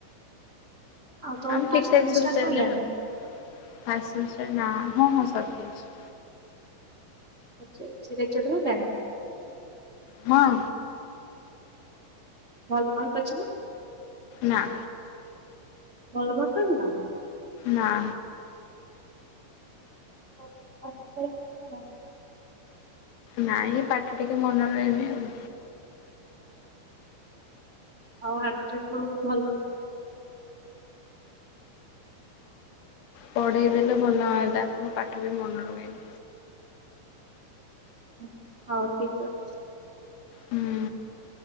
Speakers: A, on the right (about 20°); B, on the left (about 75°).
A: ଆଉ ତମ
B: ଆମ
A: ଫାଷ୍ଟ
B: ଟିକେଟ୍
A: ସେମିଷ୍ଟାର
B: ସବୁ ସେଲ୍
A: ସରିଲାଣି?
B: ଆଉ ଆସିଷ୍ଟାଣ୍ଟ ନାଁ ହଁ ହଁ ସରିଯାଇଛି।
A: ସରିଯାଇଛି ରେଜଲ୍ଟ ବାହାରିଲାଣି?
B: ହଁ।
A: ଭଲ ମାର୍କ ଅଛି ନାଁ?
B: ନାଁ।
A: ଭଲ କରିଛନ୍ତି ନାଁ?
B: ନାଁ।
A: ହଉ ଟିକେ ପାଠ ପଢ ଏମିତି ଭଲ।
B: ନାଇଁ ପାଠ ଟିକେ ମନେ ରୁହେନି ଆଉ।
A: ଆଉ ଆରଥରକୁ ହଉଛି ଭଲସେ ମାର୍କ
B: ପଢେଇ ଦେଲେ ଭଲ ହଅନ୍ତା ମୋ ପାଠ ଟିକେ ମନ ରୁହେନି।
A: ଉଁ ହଉ ଠିକ୍ ଅଛି।
B: ହୁଁ